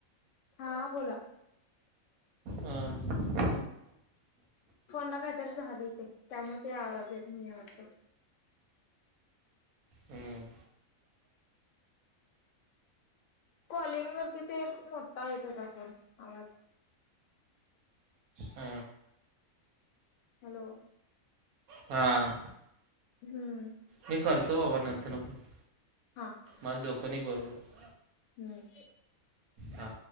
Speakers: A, on the left; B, on the right.
A: हा बोला.
B: हा.
A: फोनला काहीतरी झालं तेे त्यामुळे ते आवाज येत नाहीय वाटत.
B: हम्म.
A: कॉलिंग वरती तेर मोठा येत होता फोन आवाज.
B: ह.
A: हॅलो.
B: हा.
A: हम्म.
B: मी करतो बाबा नंतर ना पण.
A: हां.
B: माझं डोकनी बरोबर.
A: हम्म.
B: हा.